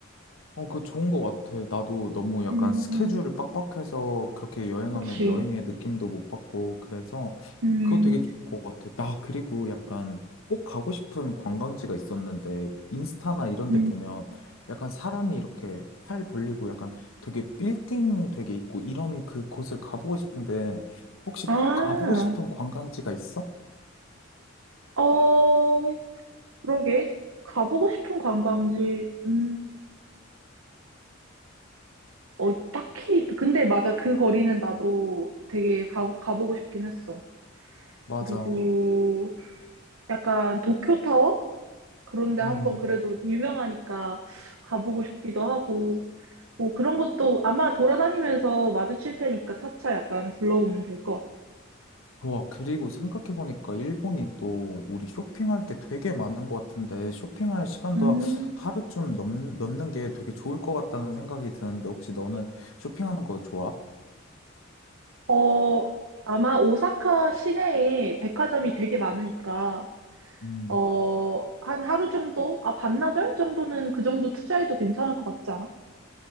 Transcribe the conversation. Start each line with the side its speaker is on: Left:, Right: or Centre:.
Left: 어, 그거 좋은 것 같아. 나도 너무 약간
Right: 음,
Left: 스케줄을
Right: 음,
Left: 빡빡해서 그렇게 여행하면
Right: 그치.
Left: 여행의 느낌도 못 받고 그래서
Right: 음,
Left: 그거 되게 좋은 것 같아. 나 그리고 약간 꼭 가고 싶은 관광지가 있었는데 인스타나 이런
Right: 음.
Left: 데 보면 약간 사람이 이렇게 팔 벌리고 약간 되게 빌딩 되게 있고 이런 그 곳을 가보고 싶은데 혹시
Right: 아,
Left: 꼭 가보고 싶은 관광지가 있어?
Right: 어, 그러게. 가보고 싶은 관광지, 음, 어, 딱히, 근데 맞아. 그 거리는 나도 되게 가, 가보고 싶긴 했어.
Left: 맞아.
Right: 그리고 약간 도쿄타워? 그런데
Left: 음,
Right: 한번 그래도 유명하니까 가보고 싶기도 하고, 뭐 그런 것도 아마 돌아다니면서 마주칠 테니까 차차 약간 둘러보면 될 것 같아.
Left: 와, 그리고 생각해보니까 일본이 또 우리 쇼핑할 게 되게 많은 것 같은데 쇼핑할 시간도
Right: 음,
Left: 하루쯤 넘, 넘는 게 되게 좋을 것 같다는 생각이 드는데 혹시 너는 쇼핑하는 거 좋아?
Right: 어, 아마 오사카 시내에 백화점이 되게 많으니까,
Left: 음.
Right: 어, 한 하루 정도? 아, 반나절 정도는 그 정도 투자해도 괜찮을 것 같지 않아?